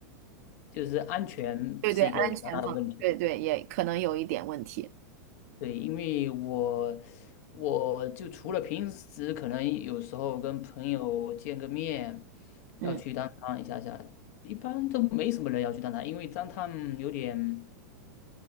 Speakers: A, on the left; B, on the right.
A: 就是安全是一个比较大的问题。
B: 对对，安全方，对对，也可能有一点问题。
A: 对，因为我我就除了平时可能有时候跟朋友见个面，
B: 嗯。
A: 要去当趟一下下，一般都没什么人要去当趟因为当趟有点